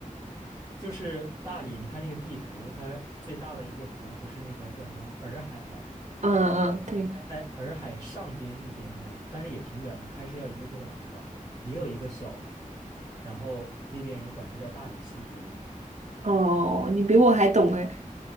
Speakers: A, on the left (about 20°); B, on the right (about 55°).
A: 就是大理，你看那个地图，它最大的一个湖不是那个叫什么洱海吗？
B: 嗯嗯，对，
A: 在洱海上边一点点，但是也挺远的，开车要一个多小时吧。也有一个小湖，然后那边人管它叫大理西湖，
B: 哦，你比我还懂哎。